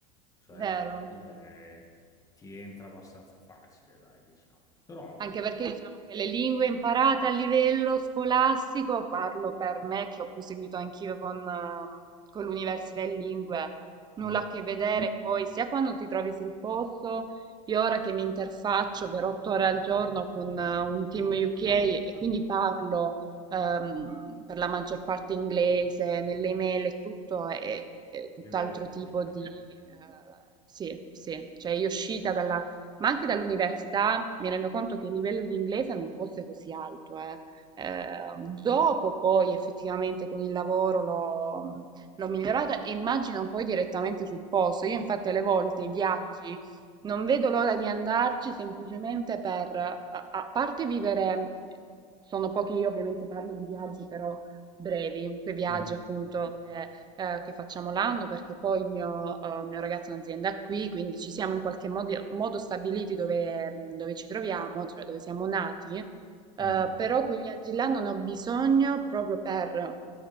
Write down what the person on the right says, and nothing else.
vero.
Anche
perché diciamo che le lingue imparate a livello scolastico, parlo per me che ho proseguito anch'io con, ehm, con l'università in lingue, nulla
a che vedere poi, sia quando ti trovi sul posto, io ora che mi interfaccio per otto ore al giorno con eh, un team UK e quindi parlo ehm, per la maggior parte inglese, nelle email e tutto, è, è tutt'altro
tipo
di... eh, sì, sì, cioè io uscita dalla ma anche dall'università mi rendo conto che il livello di inglese non fosse così alto, eh. Eh,
dopo poi effettivamente con il lavoro l'ho l'ho migliorata e immagino poi direttamente sul posto. Io infatti alle volte i viaggi non vedo l'ora di andarci semplicemente per, a a parte vivere, sono pochi, io ovviamente parlo di viaggi però brevi, quei viaggi
appunto che eh, che facciamo l'anno, perché poi il mio, eh, mio ragazzo ha un'azienda qui, quindi ci siamo in qualche modo, modo stabiliti dove, dove ci troviamo, cioè dove siamo nati, eh,
però quei viaggi là non ho bisogno proprio per